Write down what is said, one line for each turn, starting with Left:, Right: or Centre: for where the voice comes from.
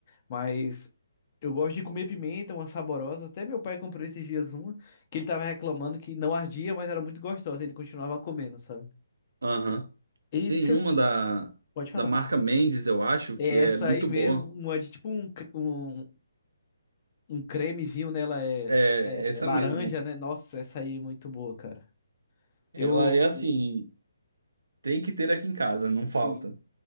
Left: Mas Eu gosto de comer pimenta, uma saborosa. Até meu pai comprou esses dias uma, que ele tava reclamando que não ardia, mas era muito gostosa. Ele continuava comendo, sabe?
Right: Aham.
Left: E
Right: Tem
Left: você
Right: uma da,
Left: pode falar.
Right: da marca Mendes, eu acho, que
Left: É
Right: é
Left: essa
Right: muito
Left: aí mesmo,
Right: boa.
Left: uma de tipo um, cre- um, um cremezinho nela é,
Right: É,
Left: é
Right: essa
Left: laranja,
Right: mesmo.
Left: né? Nossa, essa aí é muito boa, cara.
Right: Ela
Left: Eu.
Right: é assim, tem que ter aqui em casa, não falta.
Left: Sim.